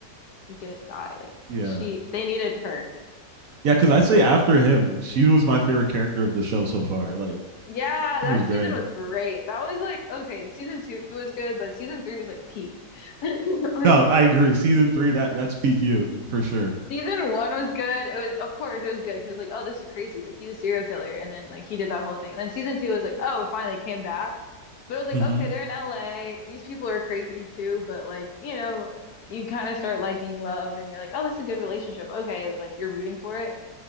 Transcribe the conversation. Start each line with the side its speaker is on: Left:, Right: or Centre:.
Left: didn't die. Like
Right: Yeah.
Left: she they needed her.
Right: Yeah, because I'd say after him, she was my favorite character of the show so far. Like
Left: Yeah,
Right: she
Left: that
Right: was great.
Left: season was great. That was like okay, season two was good, but season three was like peak. <laughs> Like
Right: No, I agree. Season three, that that's peak you for sure.
Left: Season one was good. It was, of course, it was good because like, oh, this is crazy. Like he's a serial killer, and then like he did that whole thing. And then season two was like, oh, finally came back. But it was like,
Right: Mm-hmm.
Left: okay, they're in LA. These people are crazy too. But like, you know, you kind of start liking love, and you're like, oh, this is a good relationship. Okay, like you're rooting for it.